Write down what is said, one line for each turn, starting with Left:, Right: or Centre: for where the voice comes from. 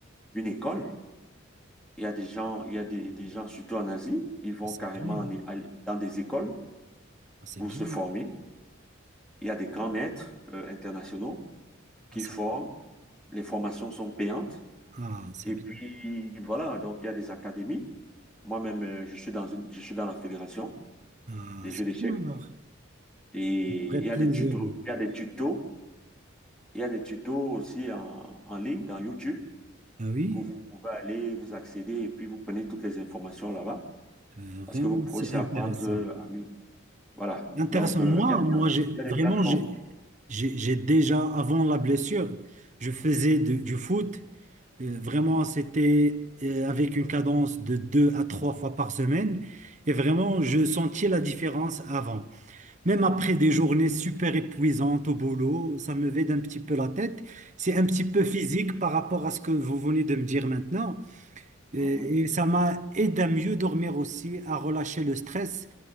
Centre: une école. Il y a des gens, il y a des, des gens, surtout en Asie, ils vont
Right: Ah, c'est
Centre: carrément
Right: bien.
Centre: en- aller dans des écoles
Right: Ah, c'est
Centre: pour
Right: bien.
Centre: se former. Il y a des grands maîtres, euh, internationaux qui
Right: Ah, c'est
Centre: forment. Les formations sont payantes.
Right: ah, c'est
Centre: Et
Right: bien.
Centre: puis, voilà, donc il y a des académies. Moi-même, euh, je suis dans une, je suis dans la fédération
Right: Ah,
Centre: des
Right: c'est
Centre: jeux d'échecs.
Right: bien alors.
Centre: Et
Right: Vrai
Centre: il y a
Right: plaisir.
Centre: des tutos,
Right: oui.
Centre: il y a des tutos, il y a des tutos aussi en, en ligne, dans YouTube,
Right: Ah oui,
Centre: où vous pouvez aller, vous accéder, et puis vous prenez toutes les informations là-bas,
Right: euh, vraiment,
Centre: parce que vous pouvez
Right: c'est
Centre: aussi
Right: intéressant.
Centre: apprendre euh, en ligne. Voilà.
Right: Intéressant.
Centre: Donc, euh,
Right: Moi,
Centre: il y a,
Right: moi, j'ai
Centre: il y a
Right: vraiment,
Centre: des plateformes.
Right: j'ai j'ai- j'ai déjà, avant la blessure, je faisais du du foot. Euh, Vraiment,
Centre: Mhm.
Right: c'était euh, avec une cadence de deux à trois fois par semaine. Et vraiment, je sentais la différence avant. Même après des journées super épuisantes au boulot, ça me vide un petit peu la tête. C'est un petit peu
Centre: Mhm.
Right: physique par rapport à ce que vous venez de me dire maintenant. Et,
Centre: Mhm.
Right: et ça m'a aidé à mieux dormir aussi, à relâcher le stress.